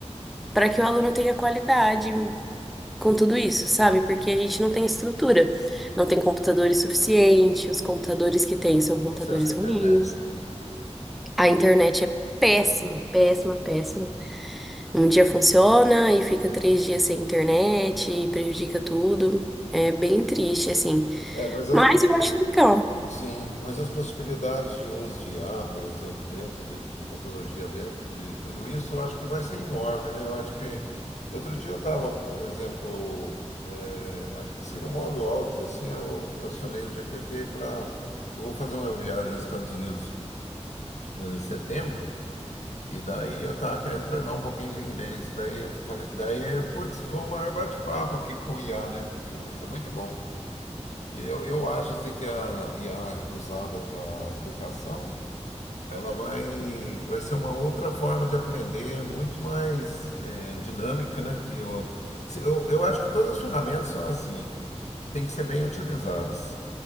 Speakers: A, in the centre; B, on the left (about 80°).
A: para que o aluno tenha qualidade com tudo isso, sabe? Porque a gente não tem estrutura, não tem computadores suficientes, os computadores que tem são computadores
B: Acesso à internet,
A: ruins,
B: né?
A: a internet é péssima, péssima, péssima. Um dia funciona e fica três dias sem internet e prejudica tudo. É bem triste, assim.
B: É, mas as
A: Mas eu acho legal.
B: Sim, mas as possibilidades de uso de IA, por exemplo, dentro de, de tecnologia, dentro de tudo isso, eu acho que vai ser enorme, né? Eu acho que outro dia eu estava, por exemplo, eh, assim no modo áudio, assim, eu acionei o GPT para vou fazer uma viagem aos Estados Unidos eh, em setembro e daí eu estava querendo treinar um pouquinho de inglês, daí eu falei, daí putz, foi um maior bate-papo aqui com o IA, né? É muito bom. Eu, eu acho assim que a IA usada para educação, ela vai, vai ser uma outra forma de aprender, muito mais eh, dinâmica, né? Que Eu, se- eu, eu acho que todas as ferramentas são assim têm que ser bem utilizadas.